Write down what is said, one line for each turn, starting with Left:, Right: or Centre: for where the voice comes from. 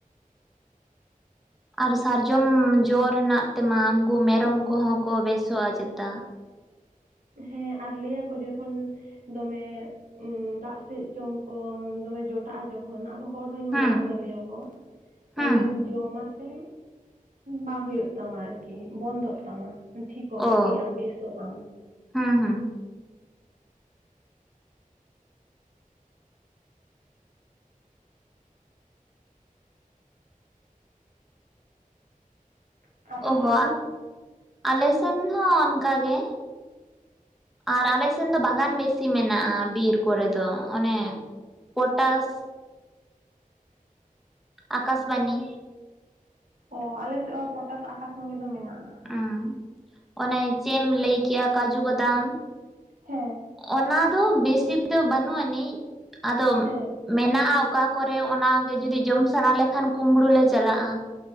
Centre: ᱟᱨ ᱥᱟᱨᱡᱚᱢ ᱡᱚ ᱨᱮᱱᱟᱜ ᱛᱮᱢᱟ ᱩᱱᱠᱩ ᱢᱮᱨᱚᱢ ᱠᱚᱦᱚᱸ ᱠᱚ ᱵᱮᱥᱚᱜᱼᱟ ᱪᱮᱛᱟ᱾
Right: ᱦᱮᱸ ᱟᱨ ᱞᱟᱹᱭ ᱟᱠᱚ ᱡᱚᱠᱷᱚᱱ ᱫᱚᱢᱮ ᱫᱟᱜ ᱥᱮᱫ ᱡᱚᱝ ᱠᱚ ᱫᱚᱢᱮ ᱡᱚᱴᱟᱜᱼᱟ ᱡᱚ ᱠᱷᱚᱱ ᱟᱵᱚ ᱦᱚᱲ ᱦᱚᱧ
Centre: ᱦᱩᱸ
Right: ᱧᱮᱞ ᱟᱠᱟᱫᱟ ᱞᱟᱹᱭ ᱟᱠᱚ᱾
Centre: ᱦᱩᱸ
Right: ᱡᱩᱫᱤᱢ ᱡᱚᱢ ᱥᱮ, ᱵᱟᱝ ᱦᱳᱭᱳᱜ ᱛᱟᱢᱟ ᱟᱨ ᱠᱤ ᱵᱚᱱᱫᱚᱜ ᱛᱟᱢᱟ᱾ ᱴᱷᱤᱠᱼᱟᱢ
Centre: ᱚ
Right: ᱵᱷᱟᱜᱮᱜ ᱟᱢ, ᱵᱮᱥᱚᱜ ᱟᱢ᱾
Centre: ᱦᱩᱸ ᱦᱩᱸ
Right: ᱟᱯᱮ
Centre: ᱚ
Right: ᱥᱮᱫ
Centre: ᱦᱚᱸ,
Right: ᱫᱚ
Centre: ᱟᱞᱮ ᱥᱮᱱ ᱦᱚᱸ ᱚᱱᱠᱟ ᱜᱮ᱾ ᱟᱨ ᱟᱞᱮ ᱥᱮᱱ ᱫᱚ ᱵᱟᱜᱟᱱ ᱵᱮᱥᱤ ᱢᱮᱱᱟᱜᱼᱟ ᱵᱤᱨ ᱠᱚᱨᱮ ᱫᱚ ᱾ ᱚᱱᱮ ᱯᱚᱴᱟᱥ ᱟᱠᱟᱥᱵᱟᱱᱤ
Right: ᱚᱸ ᱟᱞᱮ ᱥᱮᱜ ᱦᱚᱸ ᱯᱚᱴᱟᱥ, ᱟᱠᱟᱥᱢᱩᱱᱤ ᱫᱚ ᱢᱮᱱᱟᱜᱼᱟ᱾
Centre: ᱩᱸᱜ, ᱚᱱᱮ ᱪᱮᱫ ᱮᱢ ᱞᱟᱹᱭ ᱠᱮᱭᱟ ᱠᱟᱡᱩ ᱵᱟᱫᱟᱢ᱾
Right: ᱦᱮᱸ
Centre: ᱚᱱᱟ ᱫᱚ ᱵᱮᱥᱤ ᱫᱚ ᱵᱟᱹᱱᱩᱜ ᱟᱹᱱᱤᱡ ᱟᱫᱚᱢ
Right: ᱦᱮᱸ
Centre: ᱢᱮᱱᱟᱜᱼᱟ ᱚᱠᱟ ᱠᱚᱨᱮ ᱾ ᱚᱱᱟ ᱜᱮ ᱡᱩᱫᱤ ᱡᱚᱢ ᱥᱟᱱᱟ ᱞᱮᱠᱷᱟᱱ ᱠᱩᱢᱵᱩᱲᱩ ᱞᱮ ᱪᱟᱞᱟᱜᱼᱟ᱾